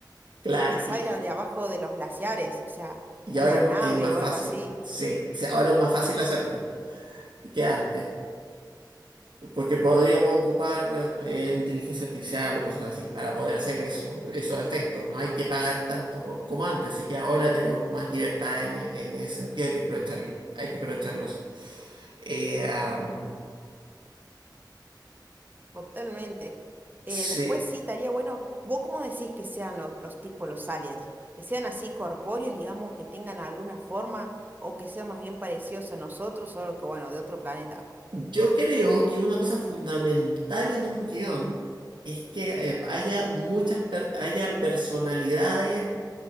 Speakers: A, on the right; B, on the right.
A: Claro,
B: y que salgan
A: y,
B: de abajo de los glaciares, o sea,
A: y
B: una
A: ahora es,
B: nave
A: ma- es más
B: o
A: fácil,
B: algo así,
A: sí, sí, ahora es más fácil hacerlo que antes. Porque podríamos ocupar eh, inteligencia artificial o cosas así para poder hacer eso, esos efectos. No hay que pagar tanto co- como antes, así que ahora tenemos más libertad en, en ese sentido, hay que aprovecharlo. Hay que aprovecharlo eso. Eh, am,
B: totalmente.
A: sí.
B: Eh, después sí, estaría bueno, ¿vos cómo decís que sean los, los tipos, los aliens? Que sean así corpóreos, digamos, que tengan alguna forma o que sean más bien parecidos a nosotros, solo que bueno, de otro planeta.
A: Yo creo que una cosa fundamental en un guión es que eh, haya muchas per- haya personalidades